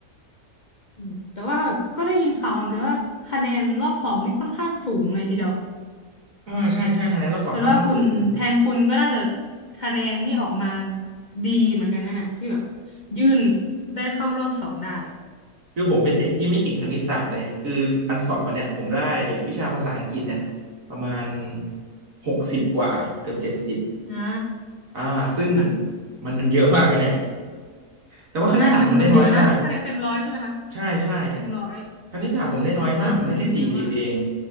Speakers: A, on the left; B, on the right.
A: อืมแต่ว่าแบบก็ได้ยินข่าวมาเหมือนกันว่าคะแนนรอบสองนี่ค่อนข้างสูงเลยทีเดียว
B: อ่าใช่ใช่คะแนนรอบสองค่อนข้างสูง
A: แสดงว่าคุณแทนคุณก็น่าจะคะแนนนี่ออกมาดีเหมือนกันนั่นน่ะที่แบบยื่นได้เข้ารอบสองได้
B: คือผมเป็นเด็กที่ไม่เก่งคณิตศาสตร์เลยคืออันสอบอันเนี้ยผมได้วิชาภาษาอังกฤษเนี่ย
A: อืม
B: ประมาณหกสิบกว่าเกือบเจ็ดสิบ
A: อ่า
B: อ่าซึ่ง
A: ค่ะ
B: มันมันเยอะมากนะเนี่ย แต่ว่าคณิตศาสตร์ผมได้น้อยมาก
A: ใช่มันมันเยอะนะคะแนนเต็มร้อยใช่ไหมคะ
B: ใช่ใช่
A: เต็มร้อยโอ้ยเกินครึ่งเยอะมาก
B: คณิตศาสตร์ผมได้น้อยมาก ผมได้แค่สี่สิบเอง